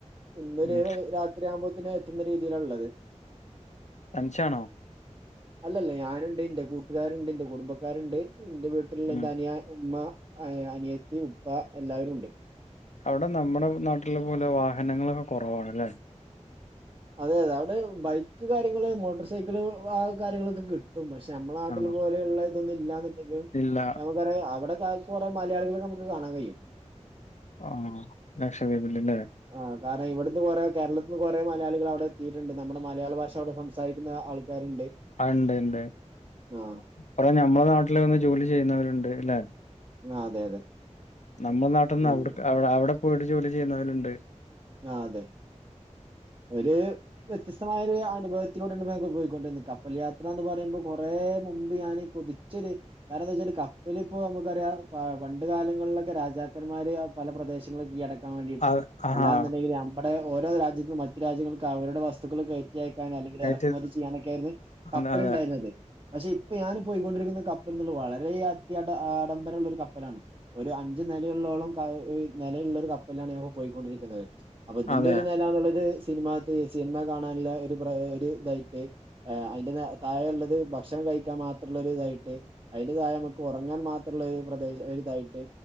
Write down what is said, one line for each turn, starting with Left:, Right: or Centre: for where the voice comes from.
Right: ഇന്നൊരു
Left: ഉം
Right: രാത്രിയാവുമ്പോത്തേന് എത്തുന്ന രീതിയിലുള്ളത്
Left: തനിച്ചാണോ
Right: അല്ലല്ല ഞാനുണ്ട് എന്റെ കൂട്ടുകാരുണ്ട് എന്റെ കുടുംബക്കാരുണ്ട് എന്റെ വീ ത്തുള്ള
Left: ഉം
Right: തനിയാൻ ഉമ്മ അനിയത്തി ഉപ്പ എല്ലാവരുണ്ട്
Left: അവിടെ നമ്മുടെ നാട്ടിലെ പോലെ വാഹനങ്ങളൊക്കെ കുറവാണല്ലേ?
Right: അതെ അതെ അവിടെ ബൈക്ക് കാര്യങ്ങള് മോട്ടർ സൈക്കിള് ആഹ് കാര്യങ്ങളൊക്കെ കി പക്ഷെ നമ്മളെ നാട്ടിൽ
Left: ആണോ
Right: പോലെയുള്ള ഇതൊന്നും ഇല്ലാന്നുണ്ടെങ്കിലും
Left: ഇല്ല.
Right: നമ്മ അവിടെ കുറെ മലയാളികളെ നമുക്ക് കാണാൻ കഴിയും.
Left: ആഹ് ലക്ഷദ്വീപില്ലല്ലേ?
Right: ആഹ് കാരണം ഇവിടുത്തെ കുറേ കേരളത്തിൽ കുറേ മലയാളി അവിടെ എത്തിയിട്ടുണ്ട് നമ്മുടെ മലയാള ഭാഷ അവിടെ സംസാരിക്കുന്ന ആൾക്കാരുണ്ട്.
Left: ആഹ് ഉണ്ട് ഉണ്ട്
Right: ആ
Left: കുറേ ഞമ്മളെ നാട്ടിൽ വന്ന് ജോലി ചെയ്യുന്നവരുണ്ടുല്ലേ?
Right: ആഹ് അതെ അതെ-
Left: നമ്മുടെ നാട്ടിന്ന്
Right: പിന്നെ
Left: അവി അവിടെ പോയിട്ട് ജോലി ചെയ്യുന്നവരുണ്ട്-
Right: ആഹ് അതെ ഒരു വ്യത്യസ്തമായ ഒരു അനുഭവ ത്തിലൂടെ പോയിക്കൊണ്ടിരുന്നത് കപ്പൽ യാത്ര എന്ന് പറയുമ്പോൾ കുറേ മുമ്പ് ഞാന് കൊതിച്ചൊരു- കാരണം എന്താ വെച്ചാൽ കപ്പലിപ്പോ നമുക്കറിയാം പണ്ട് കാലങ്ങളിലൊക്കെ രാജാക്കന്മാര് പല പ്രദേശ കൈയ്യടക്കാൻ വേണ്ടിട്ട്
Left: അത് ആഹാ
Right: അല്ലാന്നുണ്ടെങ്കിൽ- ഇവിടെ ഓരോ രാജ്യത്തും മറ്റ് രാജ്യങ്ങൾക്ക് അവരുടെ വസ്തുക്കൾ കയറ്റി റ്റിയക്കാനും അല്ലെങ്കിൽ
Left: കയറ്റി
Right: ഇറക്കുമതി ചെയ്യാനൊക്കെയായിരുന്നു കപ്പലുണ്ടായിരുന്നത്.
Left: അതെ അതെ
Right: പക്ഷെ ഇപ്പൊ ഞാൻ പോയിക്കൊണ്ടിരിക്കുന്ന കപ്പലുണ്ടല്ലോ വളരെ അത്യാ ആഡംബരമുള്ളൊരു കപ്പലാണ് ഒരു അഞ്ച് നിലയിള്ളോളം നിലയുള്ള ഒരു കപ്പലിലാണ് ഞാനിപ്പോ പോയിക്കൊണ്ടിരിക്കുന്നത്. അപ്പൊ ഇതിന്റെ
Left: അതെ
Right: ഒരു നിലാന്നുള്ളത് സിനിമാ സിനിമ കാണാനുള്ള ഒരു പ്ര ഒരു ഇതായിട്ട്- ആഹ് അതിന്റെ താഴെയുള്ളത് ഭക്ഷണം കഴിക്കാൻ മാത്രുള്ള ഒരിതായിട്ട്- അതിന്റെ താഴെ നമുക്ക് ഉറങ്ങാൻ മാത്രുള്ള ഒരു പ്രദേശം ഒരുതായിട്ട്